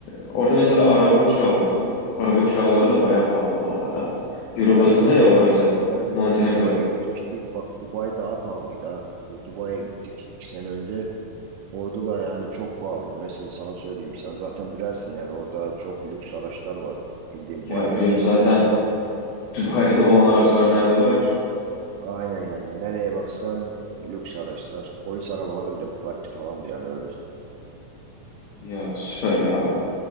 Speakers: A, on the left; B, on the right.
A: orada mesela araba kiraladım. Araba kiraları da bayağı pahalı bu arada. Euro
B: Aynen
A: bazında
B: biz
A: ya
B: de
A: orası.
B: eskiden
A: Montenegro'da.
B: Dubai'ye gitmiştik. Bak Dubai daha pahalıydı ha. Biz Dubai'ye gittik iki sene önce. Orada da yani çok pahalıydı. Mesela sana söyleyeyim sen zaten bilersin yani orada çok lüks araçlar var. Bildiğim
A: Ya
B: bayağı
A: biliyorum
B: lüks
A: zaten
B: araçlar var.
A: <laughs> Dubai'de olan araçlar nerede var ki?
B: Aynen yani nereye baksan lüks araçlar. Polis arabaları bile Bugatti falandı yani öyle.
A: Ya süper ya.